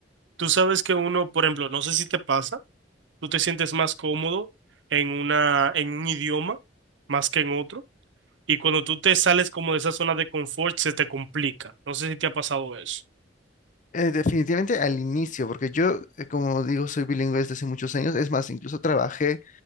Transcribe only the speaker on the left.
Eh, definitivamente al inicio, porque yo, eh, como digo, soy bilingüe desde hace muchos años. Es más, incluso trabajé